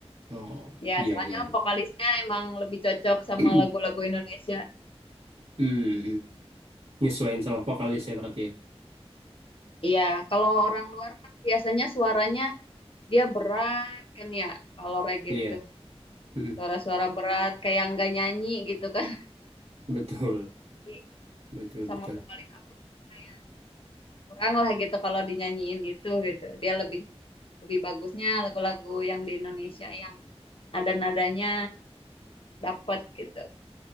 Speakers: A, on the right (about 85°); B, on the left (about 55°).
A: Oh,
B: Ya,
A: iya
B: soalnya
A: iya. iya.
B: vokalisnya emang lebih cocok sama
A: <clears throat>
B: lagu-lagu Indonesia.
A: Hmm, nyesuaiin sama vokalis ya berarti ya.
B: Iya, kalau orang luar kan biasanya suaranya dia berat kan ya, kalau reggae
A: Iya,
B: itu
A: mm,
B: suara-suara berat kayak nggak nyanyi gitu kan.
A: betul,
B: <laughs> Jadi,
A: betul betul.
B: Sama vokalis aku tuh kayak kurang lah gitu kalau dinyanyiin itu gitu. Dia lebih lebih bagusnya lagu-lagu yang di Indonesia yang nada-nadanya dapet gitu.